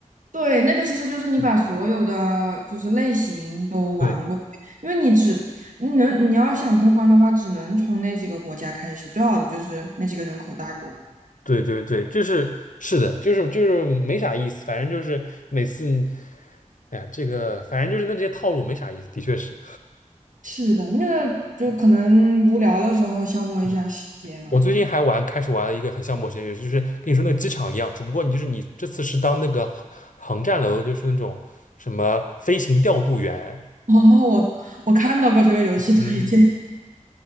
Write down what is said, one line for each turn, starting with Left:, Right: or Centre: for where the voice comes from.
Right: 对，那个其实就是你把所有的就是类型都玩过，
Left: 嗯，对，
Right: 因为你只你能你要想通关的话，只能从那几个国家开始，最好的就是那几个人口大国。
Left: 对对对，就是是的，就是就是没啥意思，反正就是每次，哎呀，这个反正就是那这些套路没啥意思，的确是。
Right: 是的，那个就可能无聊的时候消磨一下时间而已。
Left: 嗯，我最近还玩，开始玩了一个很像陌生游戏，就是跟你说那个机场一样，只不过你就是你这次是当那个航航站楼的就是那种什么飞行调度员，
Right: <laughs> 哦，我我看到过这个游戏推荐，
Left: 嗯嗯，